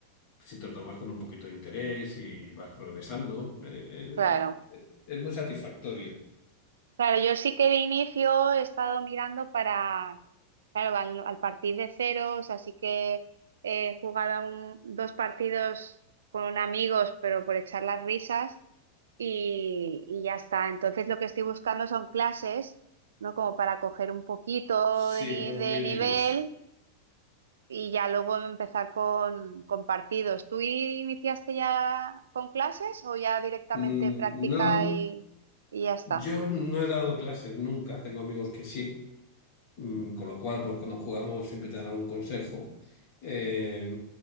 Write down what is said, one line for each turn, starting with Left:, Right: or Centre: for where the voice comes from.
Left: si te lo tomas con un poquito de interés y vas progresando, eh,
Right: claro.
Left: es, es muy satisfactorio.
Right: Claro, yo sí que de inicio he estado mirando para, claro, al, al partir de ceros, así que he jugado un- dos partidos con amigos, pero por echar las risas y, y ya está. Entonces lo que estoy buscando son clases, ¿no? Como para coger un poquito
Left: Sí,
Right: de, ni-
Left: unos
Right: de
Left: mínimos.
Right: nivel y ya luego empezar con, con partidos. ¿Tú iniciaste ya con clases o ya directamente
Left: Mm,
Right: práctica
Left: No,
Right: y, y ya está?
Left: yo no he dado clases nunca, tengo amigos que sí. Mm, con lo cual, pues cuando jugamos siempre te dan algún consejo. Eh,